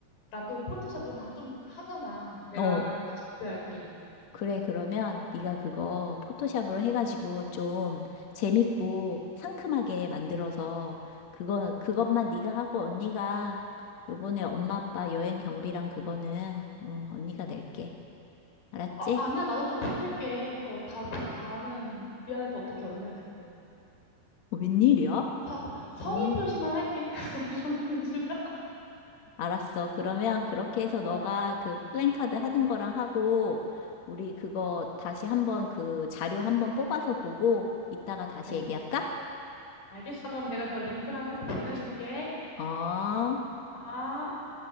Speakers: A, on the left (about 70°); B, on the left (about 55°).
A: 나도 포토샵 좀, 하- 좀 하잖아. 내가
B: 어,
A: 준비할게.
B: 그래, 그러면 네가 그거
A: 어,
B: 포토샵으로 해가지고 좀 재밌고
A: 응,
B: 상큼하게
A: 응,
B: 만들어서 그거,
A: 응.
B: 그것만 네가 하고 언니가 요번에 엄마 아빠 여행 경비랑 그거는 어, 언니가 낼게. 알았지?
A: 아, 아니야, 나도 좀 보탤게. 또 다, 다는 미안해서 어떻게 언니한테 그래.
B: 어, 웬일이야?
A: 서, 성의
B: 어,
A: 표시만 할게. <laughs> 성의 표시만.
B: 알았어. 그러면 그렇게 해서 너가
A: 어,
B: 그 플랜카드 하는 거랑 하고 우리 그거 다시 한번 그 자료 한번 뽑아서 보고 이따가 다시
A: 네.
B: 얘기할까?
A: 알겠어. 그럼 내가 그 링크랑 해서 보내줄게.
B: 어.
A: 아.